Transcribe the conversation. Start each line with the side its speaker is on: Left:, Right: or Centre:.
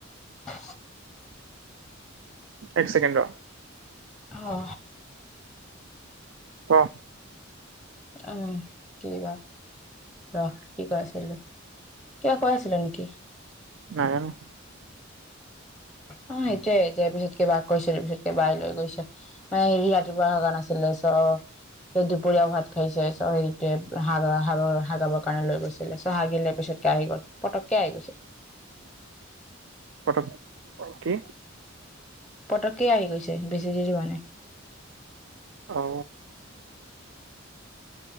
Centre: আ
Right: এক চেকেণ্ড ৰ,
Centre: অ
Right: অ
Centre: উম উম কিবা ৰখ কি কৈ আছিলো কিবা কৈ আছিলো নেকি।
Right: নাজানো
Centre: অ সেইটোৱে যে পিছতকে বাাক কৈছিলে পিছতকে বাই লৈ গৈছে মানে হেৰি ৰাতিপুৱা হা নাছিলে চ স দুপৰীয়াও ভাত খাইছে চ সেইটোৱে হাগ হ হাগাবৰ কাৰণে লৈ গৈছিলে চ হাগিলে পিছতকে আহি গল। পটককে আহি গৈছে।
Right: পটক কি
Centre: পটককে আহি গৈছে বেছি দেৰি হোৱা নাই।
Right: অ